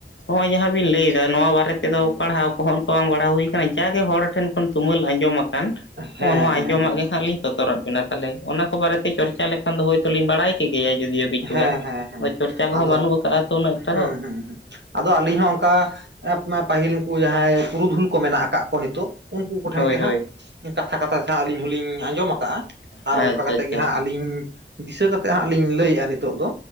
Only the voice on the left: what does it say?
ᱦᱚᱸᱜᱼᱚᱭ ᱡᱟᱦᱟᱸ ᱵᱤᱱ ᱞᱟᱹᱭᱮᱫᱟ ᱱᱚᱣᱟ ᱵᱟᱨᱮ ᱛᱮᱫᱚ ᱯᱟᱲᱦᱟᱣ ᱠᱚᱦᱚᱸ ᱚᱱᱠᱟ ᱵᱟᱝ ᱯᱟᱲᱦᱟᱣ ᱦᱩᱭ ᱠᱟᱱᱟ ᱡᱟ ᱜᱮ ᱦᱚᱲ ᱴᱷᱮᱱ ᱠᱷᱚᱱ ᱛᱩᱢᱟᱹᱞ ᱟᱸᱡᱚᱢᱟ ᱟᱠᱟᱱ
ᱦᱚᱸᱜᱼᱚ ᱱᱚᱣᱟ
ᱟᱸᱡᱚᱢᱟᱜ
ᱜᱮ ᱦᱟᱸᱜ ᱞᱤᱧ ᱥᱚ ᱫᱚᱨᱟᱜ ᱵᱤᱱᱟ ᱛᱟᱞᱦᱮ, ᱚᱱᱟ ᱠᱚ ᱵᱟᱨᱮᱛᱮ ᱪᱚᱨᱪᱟ ᱞᱮᱠᱷᱟᱱ ᱫᱚ ᱦᱳᱭᱛᱚ ᱞᱤᱧ ᱵᱟᱲᱟᱭ ᱠᱜᱮᱭᱟ ᱡᱩᱫᱤᱭᱳ᱾ ᱠᱤᱪᱷᱩ
ᱜᱟᱱ
ᱟᱫᱚ ᱪᱚᱨᱪᱟ ᱠᱚᱦᱚᱸ
ᱵᱟᱹᱱᱩᱜ ᱟᱠᱟᱜᱼᱟ ᱛᱚ ᱩᱱᱟᱹᱜ ᱮᱠᱴᱟ
ᱫᱚ
ᱦᱳᱭ
ᱦᱳᱭ
ᱟᱪᱪᱷᱟ
ᱟᱪᱪᱷᱟ